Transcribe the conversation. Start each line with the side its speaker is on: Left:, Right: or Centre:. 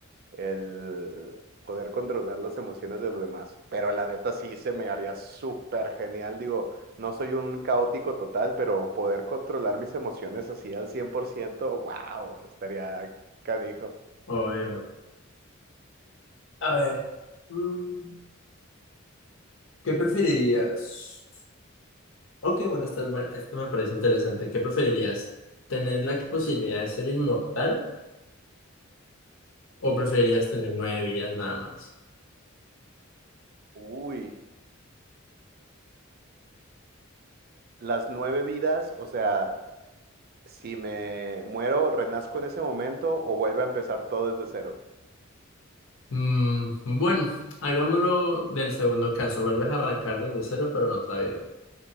Right: el poder controlar las emociones de los demás. Pero la neta sí se me haría súper genial, digo, no soy un caótico total, pero poder controlar mis emociones así al 100%, wow, estaría canijo.
Left: obvio. A ver, mm, ¿qué preferirías? Ok, bueno, esta es buena- esto me parece interesante. ¿Qué preferirías? ¿Tener la posibilidad de ser inmortal? ¿O preferirías tener nueve vidas nada más?
Right: Uy, las nueve vidas, o sea, si me muero, renazco en ese momento o vuelve a empezar todo desde cero.
Left: Mm, bueno, hagámoslo del segundo caso. Vuelves a arrancar desde cero, pero en otra vida.